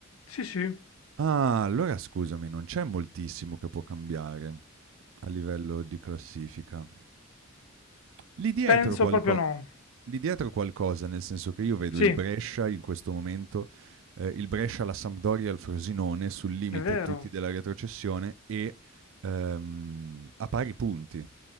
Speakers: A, on the left; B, on the right.
A: sì, sì.
B: Ah, allora scusami, non c'è moltissimo che può cambiare a livello di classifica. Lì dietro
A: Penso
B: qualco
A: proprio no.
B: lì dietro qualcosa, nel senso che io vedo
A: Sì,
B: il
A: è
B: Brescia in questo momento, ehm, il Brescia, la Sampdoria e il Frosinone sul limite
A: vero.
B: tutti della retrocessione e, ehm, a pari punti,